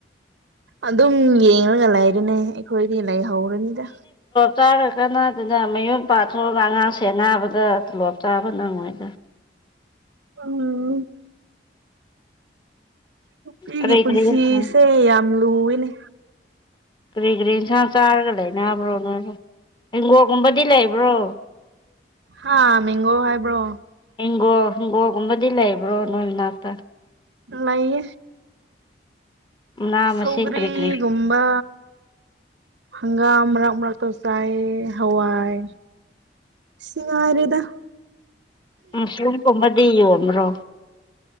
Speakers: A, on the right (about 85°); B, on the left (about 25°).
A: ꯑꯗꯨꯝ ꯌꯦꯡꯉꯒ ꯂꯩꯔꯅꯦ ꯑꯩꯈꯣꯏꯗꯤ ꯂꯩꯍꯧꯔꯅꯤꯗ
B: ꯆꯥꯔ ꯀꯥꯟꯗꯨꯅ ꯃꯌꯨꯝ ꯄꯥꯊꯣꯛꯑꯒ ꯑꯉꯥꯡ ꯁꯦꯟꯅꯕꯗ ꯇꯣꯂꯣꯞ ꯆꯥꯕ ꯅꯪꯉꯣꯏꯗ
A: ꯎꯝ ꯅꯨꯄꯤꯒꯤ
B: ꯀꯔꯤ
A: ꯄꯨꯟꯁꯤꯁꯦ
B: ꯀꯔꯤ ꯏꯟꯁꯥꯡ
A: ꯌꯥꯝ ꯂꯨꯏꯅꯦ
B: ꯀꯔꯤ ꯀꯔꯤ ꯏꯟꯁꯥꯡ ꯆꯥꯔꯒ ꯂꯩꯅꯕ꯭ꯔꯣ ꯅꯣꯏꯅ ꯍꯦꯡꯒꯣꯒꯨꯝꯕꯗꯤ ꯂꯩꯕ꯭ꯔꯣ
A: ꯍꯥꯥ ꯃꯒꯣ ꯍꯥꯏꯕ꯭ꯔꯣ
B: ꯍꯪꯒꯣ ꯍꯪꯒꯣꯒꯨꯝꯕꯗꯤ ꯂꯩꯕ꯭ꯔꯣ ꯅꯣꯏ ꯃꯅꯥꯛꯇ
A: ꯂꯩ
B: ꯃꯅꯥ
A: ꯁꯧꯒ꯭ꯔꯤꯒꯨꯝꯕ
B: ꯃꯁꯤꯡ ꯀꯔꯤ ꯀꯔꯤ
A: ꯍꯪꯒꯥꯝ ꯃꯔꯥꯛ ꯃꯔꯔꯥꯛ ꯇ ꯆꯥꯏ ꯍꯋꯥꯏ ꯁꯤꯉꯔꯗ
B: ꯃꯁꯝꯒꯨꯝꯕꯗꯤꯌꯨꯕ꯭ꯔꯣ